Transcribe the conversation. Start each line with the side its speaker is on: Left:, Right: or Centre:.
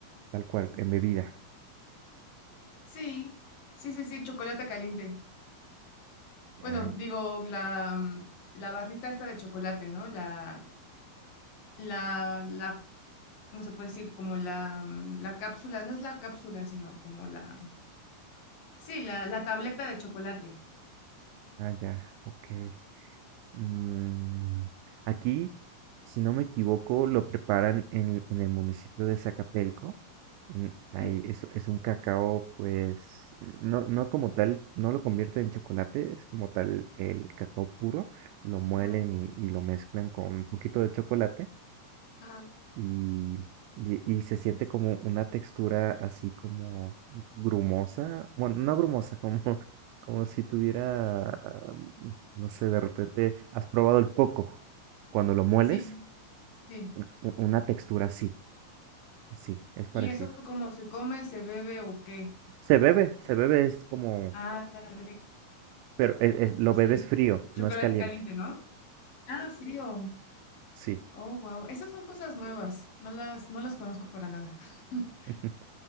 Right: tal cual, en bebida.
Left: sí, sí, sí, sí, chocolate caliente. Bueno,
Right: Ah,
Left: digo, la, mm, la barrita esta de chocolate, ¿no? La, la, la, ¿cómo se puede decir? Como la, mm, la cápsula, no es la cápsula, sino como la, mm, sí, la, la tableta de chocolate.
Right: ah, ya, ok. Mm, aquí, si no me equivoco, lo preparan en, en el municipio de Zacapelco. Mm,
Left: ¿no?
Right: Ahí es, es un cacao, pues, no, no como tal, no lo convierte en chocolate, es como tal el cacao puro, lo muelen
Left: Ajá,
Right: y, y lo mezclan con un poquito de chocolate
Left: ajá.
Right: y, y- y se siente como una textura así como grumosa, bueno, no grumosa, como, <laughs> como si tuviera, ah, no sé, de repente has probado el coco, cuando lo mueles,
Left: Sí, sí.
Right: u- u- una textura así, sí, es parecido.
Left: ¿Y eso cómo se come, se bebe o qué?
Right: Se bebe, se bebe, es como,
Left: Ah, rico.
Right: pero es- es- lo
Left: Sí.
Right: bebes frío, no
Left: Chocolate
Right: es caliente,
Left: caliente, ¿no? Ah, frío.
Right: sí.
Left: Oh, wow. Esas son cosas nuevas. No las, no las conozco para nada. <laughs>
Right: <laughs>